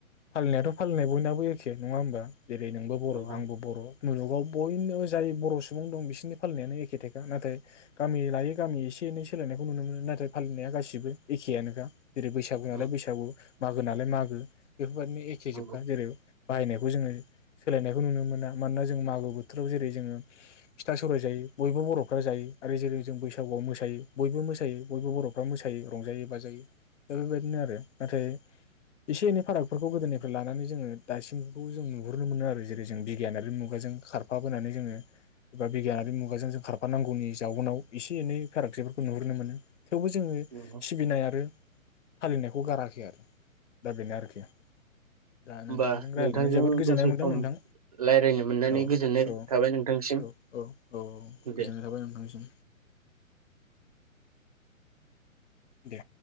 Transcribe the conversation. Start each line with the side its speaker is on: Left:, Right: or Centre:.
Left: फालिनायाथ। फालिनाय बयनाबो एखे नङा होनोमबा। जेरै नोंबो बर
Right: नंगौ
Left: आंबो बर मुलुगाव बयनोबो जाय बर सु सुबुं दं बिसोरनि फालिनायानो एखे थायखा नाथाय गामि लायै गामि एसे एनै सोलायनायखौ नुनो मोनो नाथाय फालिनाया गासिबो एखेयानोखा। जेरै बैसागु
Right: नंगौ
Left: नालाय बैसागु। मागो नालाय मागो। बेफोरबायादिनो एखे
Right: नंगौ
Left: जोबखा जेरै। बाहायनायखौ जोङो सोलायनायखौ नुनो मोना मानोना जों मागो बोथोराव जेरै जोङो फिथा सौराइ जायो बयबो बरफ्रा जायो आरो जेरै जों बैसागुआव मोसायो बयबो मोसायो बयबो बरफ्रा मोसायो रंजायो बाजायो। दा बेबायदिनो आरो नाथाय एसे एनै फारागफोरखौ गोदोनिफ्राय लानानै जोङो दासिमखौ जों नुहुरनो मोनो आरो जेरै जों बि गियानारि मुगाजों खारफाबोनानै। जोङो एबा बिगियानारि मुगाजों जों खारफानांगौनि जाउनाव एसे एनै फारागथिफोरखौ नुहुरनो मोनो। थेवबो जोङो
Right: नंगौ
Left: सिबिनाय आरो। फालिनायखौ गाराखै आरो। दा बेनो आरोखि दा
Right: होमबा
Left: नोंथांजों रायज्लायनानै
Right: नोंथांजों
Left: जोबोद गोजोननाय
Right: दसे
Left: मोनदों
Right: सम
Left: नोंथां
Right: रायज्लायनो मोननानै
Left: औ
Right: गोजोननाय
Left: औ
Right: थाबाय नोंथांसिम
Left: औ औ औ
Right: दे
Left: गोजोननाय थाबाय नोंथांसिम। दे।